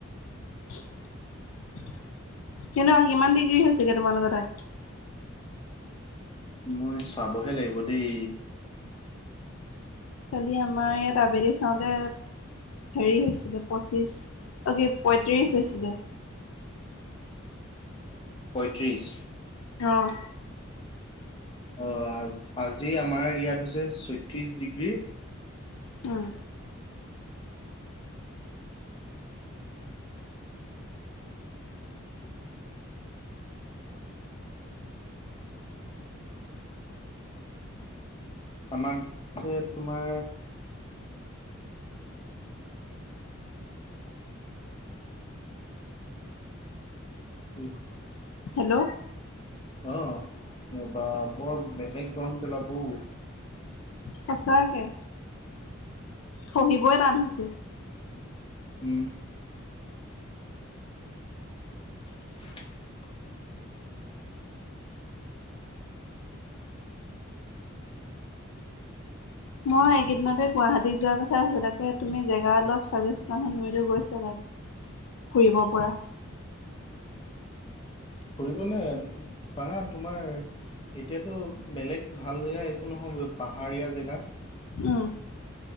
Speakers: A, on the left (about 80°); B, on the left (about 25°).
A: কেনেকুৱা কিমান ডিগ্ৰী হৈছেগে তোমালোকৰ তাত?
B: মই চাবহে লাগিব দেই
A: কালি আমাৰ ইয়াত আবেলি চাওঁতে হেৰি হৈছিলে পঁচিছ, অ কি পঁয়ত্ৰিশ হৈছিলে।
B: পঁয়ত্ৰিছ
A: অহ
B: অহ--আজি আমাৰ ইয়াত হৈছে ছয়ত্ৰিশ ডিগ্ৰী।
A: উম
B: আমাক হে তোমাৰ উম
A: হেল্ল'
B: অঁ বা বৰ বেলেগ গৰম।
A: সঁচাকৈ সহিবৈ টান হৈছে
B: উম <unintelligible>
A: মই এইকেইদিনতে গুৱাহাটীত যোৱাৰ কথা আছিলে তাকে তুমি জেগা অলপ চাজেছ কৰা তুমিতো গৈছা। ফুৰিব পৰা
B: ফুৰিবলে পাৰা তোমাৰ এতিয়াতো বেলেগ ভাল জেগা একো নহয় গৈ পাহাৰীয়া জেগা
A: অহ